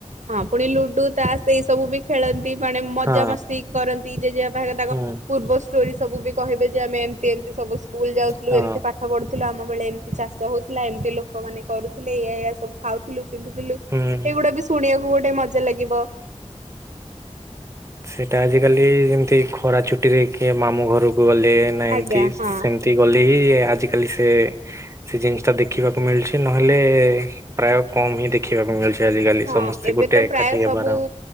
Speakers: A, on the right; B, on the right.
A: ହଁ ପୁଣି ଲୁଡୁ ତାସ ଏଇ ସବୁ ବି ଖେଳନ୍ତି ମାନେ ମଜା
B: ହଁ
A: ମସ୍ତି କରନ୍ତି ଯେଜେଵାପା ତାଙ୍କ
B: ହୁଁ
A: ପୁ ପୂର୍ବ ଷ୍ଟୋରି ସବୁ ବି କହିବେ ଯେ ଆମେ ଏମିତି ସବୁ ସ୍କୁଲ ଯାଉଥିଲୁ
B: ହଁ
A: ଏମିତି ପାଠ ପଢୁଥିଲୁ ଆମ ବେଳେ ଏମିତି ଚାଷ ହଉଥିଲା ଥିଲା ଏମିତି ଲୋକମାନୋନେ କରୁଥିଲେଇ ୟଆ ସବୁ ଖାଉଥିଲୁ ପିନ୍ଧୁଥିଲୁ
B: ହୁଁ।
A: ଏଗୁଡା ବି ପୁଣିବାକୁ ଗୋଟେ ମଜା ଲାଗିବ।
B: ସେଇଟା ଆଜି। ଆଜ କାଲି ଯେମିତି ଖରା ଛୁଟିରେ କିଏ ମାମୁଁ ଘରକୁ ଗଲେ ନା ଏମିତି
A: ଆଜ୍ଞା ହଁ।
B: ସେମିତି ଗଲେ ହିଁ ଆଜିକାଲି ସେ ସେ ଜିନିଷ ଟା ଦେଖିବାକୁ ମିଳୁଚ। ସେ ନହେଲେ ପ୍ରାୟ କମ ହିଁ ଦେଖିବାକୁ ମିଳୁଛି। ଆଜିକାଲି
A: ହଁ
B: ସମସ୍ତେ
A: ଏବେ
B: ଗୋଟେ
A: ତ
B: ଏକାଠି
A: ପ୍ରାୟ ସବୁ
B: ହେବାର ଆଉ।